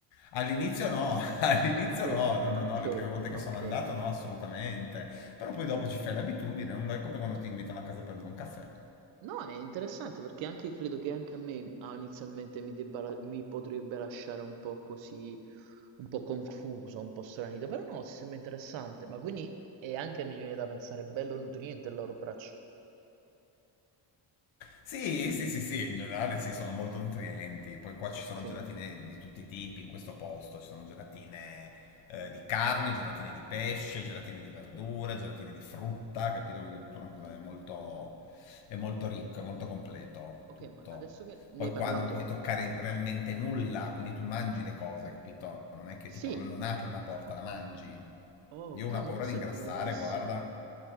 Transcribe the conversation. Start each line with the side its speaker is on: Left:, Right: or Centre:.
Left: All'inizio no, <laughs> all'inizio
Right: Ok,
Left: no, no, no, no,
Right: ok,
Left: le prime volte che sono
Right: ok.
Left: andato no, assolutamente. Però poi dopo ci fai l'abitudine, non è come quando ti invitano a casa a prendere un caffè.
Right: No, è interessante perché anche credo che anche a me ah, inizialmente mi, debba la- mi potrebbe lasciare un po' così, un po' confuso, un po' stranito, però no, si sembra interessante, ma quindi è anche mi viene da pensare bello nutriente il loro braccio.
Left: Sì, sì, sì, sì, in generale sì, sono molto nutrienti. Poi qua
Right: Ok,
Left: ci sono gelatine di tutti i tipi in questo posto, ci sono gelatine eh, di carne, gelatine di pesce, gelatine di verdura,
Right: ok,
Left: gelatine di frutta, capito? Quindi tutta una cosa è molto, è molto ricco, è molto completo
Right: ok,
Left: tutto.
Right: ma adesso che ne
Left: Poi
Right: hai parlato,
Left: qua non puoi toccare realmente nulla, quindi tu mangi le cose, capito? Non è che
Right: sì,
Left: tipo non apri una porta, la mangi.
Right: Oh,
Left: Io ho
Right: no,
Left: una
Right: ma
Left: paura
Right: questo
Left: di ingrassare,
Right: è comodissimo.
Left: guarda.